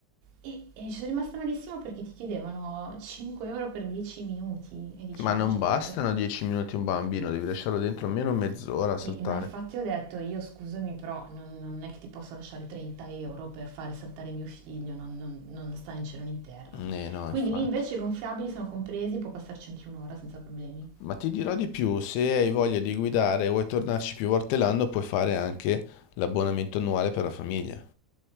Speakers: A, on the right; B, on the left.
A: E, e ci sono rimasta malissimo perché ti chiedevano 5 euro per 10 minuti e dici
B: Ma
A: ma
B: non
A: io ho già
B: bastano
A: pagato...
B: 10 minuti un bambino, devi lasciarlo dentro almeno mezz'ora a saltare.
A: E, ma infatti ho detto io scusami però non, non è che ti posso lasciare 30 euro per fare saltare mio figlio, non, non, non sta né in cielo né in terra.
B: Eh no,
A: Quindi
B: infatti.
A: lì invece i gonfiabili sono compresi, può passarci anche un'ora senza problemi.
B: Ma ti dirò di più, se hai voglia di guidare e vuoi tornarci più volte l'anno, puoi fare anche l'abbonamento annuale per la famiglia.